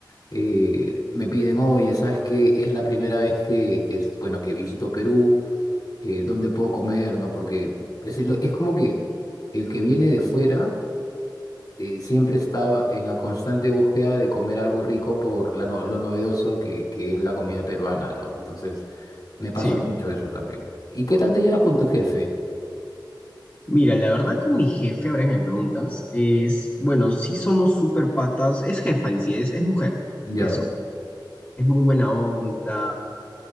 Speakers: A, on the left; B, on the left.
A: eh, me piden, oye, ¿sabes qué? Es la primera vez que, que es, bueno, que visito Perú, eh, ¿dónde puedo comer? ¿no? Porque es, el- es como que el que viene de fuera eh, siempre está en la constante búsqueda de comer algo rico por la no- lo novedoso que, que es la comida peruana, ¿no? Entonces, me pasa
B: Sí.
A: mucho eso también. ¿Y qué tal te llevas con tu jefe?
B: Mira, la verdad con mi jefe, ahora que me preguntas, es, bueno, sí somos súper patas, es jefa en sí, es, es mujer,
A: Ya.
B: es, su- es muy buena onda,